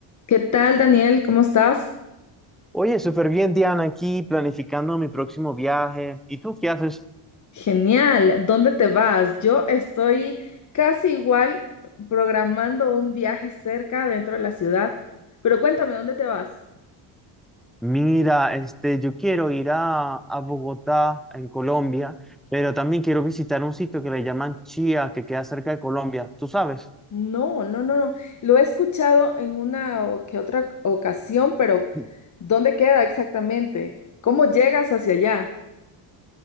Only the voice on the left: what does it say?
¿Qué tal, Daniel? ¿Cómo estás?
Genial. ¿Dónde te vas? Yo estoy casi igual programando un viaje cerca dentro de la ciudad, pero cuéntame, ¿dónde te vas?
No, no, no, no. Lo he escuchado en una o que otra ocasión, pero
¿dónde queda exactamente? ¿Cómo llegas hacia allá?